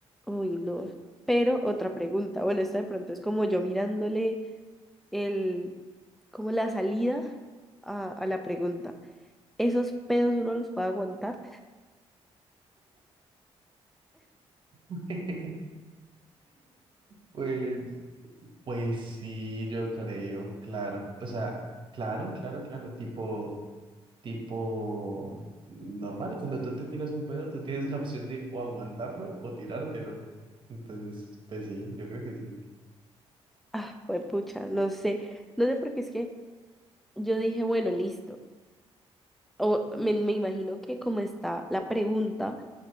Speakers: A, in the centre; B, on the right.
A: Uy, no. Pero otra pregunta, bueno, esta de pronto es como yo mirándole. el, como la salida a, a la pregunta. Esos pedos uno los puede aguantar.
B: <laughs> Pues, pues sí, yo creo, claro. O sea, claro, claro, claro. Tipo, tipo normal, cuando tú te tiras un pedo, tú tienes la opción de o aguantarlo o tirártelo. Entonces, pues sí, yo creo que sí.
A: Ah, pues pucha, no sé. No sé porque es que yo dije, bueno, listo. O me, me imagino que como está la pregunta,